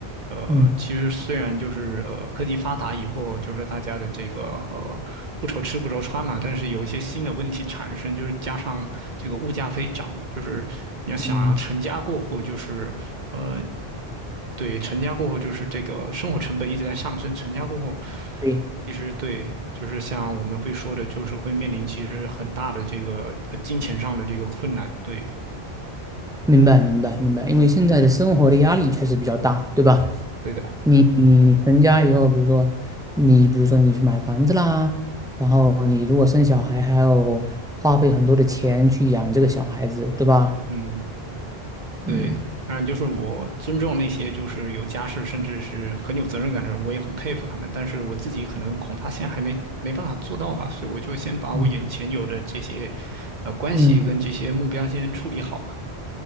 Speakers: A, on the right; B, in the centre.
A: 呃，
B: 嗯
A: 其实虽然就是呃科技发达以后，就是大家的这个呃不愁吃不愁穿嘛，但是有一些新的问题产生，就是加上这个物价飞涨，就是你要想啊，
B: 嗯，
A: 成家过后就是呃，对，成家过后就是这个生活成本一直在上升，成家过后，
B: 对，
A: 其实对。就是像我们会说的，就是会面临其实很大的这个呃金钱上的这个困难，对，
B: 明白明白明白，因为现在的生活的压力确实比较大，对吧？
A: 对的。
B: 你你成家以后，比如说你比如说你去买房子啦，然后你如果生小孩，还要花费很多的钱去养这个小孩子，对吧？
A: 嗯。对，
B: 嗯
A: 当然就是我尊重那些就是有家室甚至是很有责任感的人，我也很佩服他们。但是我自己可能恐怕现在还没没办法做到吧，所以我就先把我眼前有的这些，
B: 嗯
A: 呃，关系跟这些目标先处理好吧。
B: 嗯，